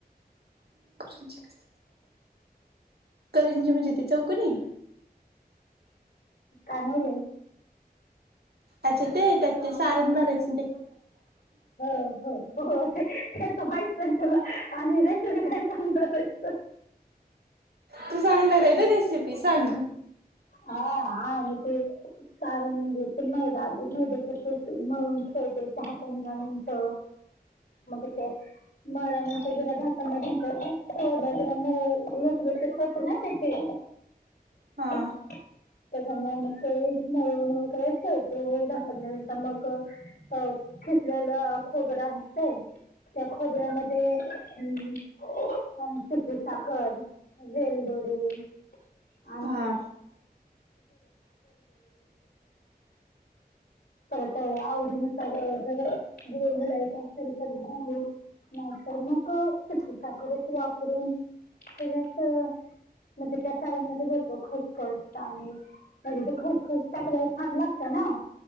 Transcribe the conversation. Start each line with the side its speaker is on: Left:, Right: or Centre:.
Right: <unintelligible> करंजी म्हणजे ति चौकनि....
Left: कानवले....
Right: अच्छा ते त्यात ते सारण भरायच...
Left: हो हो हो ते हेच माहित आहे तुला आणि रेसपी काय.... सांगणार आहेस....
Right: तू सांगणार र आहे ना रेसिपी सांग....
Left: हा हा म... सारण म्हणजे ते मैदा आधी मैद्याचा पोट मळून ठेवते.... दहा, पंधरा मिनट मग ते मळल्यानंतर जरा दहा, पंधरा मिनिट ठेवुन जरा मऊ लुसलुशीत होतय ना पीठ ते.
Right: हा
Left: त्याच्यामुळे मग ते मऊ मुळ कराय ठेवतोय हो दहा, पंधरा मिनिट मग अ खिसलेल खोबरं असतय त्या खोबऱ्यामध्ये हम् पीठी साखर, वेलदोडे <unintelligible>
Right: हा
Left: तर आवडीनुसार जर गुळ घालायच असेल तर गुळ. नाहीतर मग पीठीसाखरच वापरून त्याच्यात. म्हणजे त्या साऱनमध्ये भरतो. खसखस आणि म्हणजे ते खसखस टाकल्यावर छान लागतात. ना.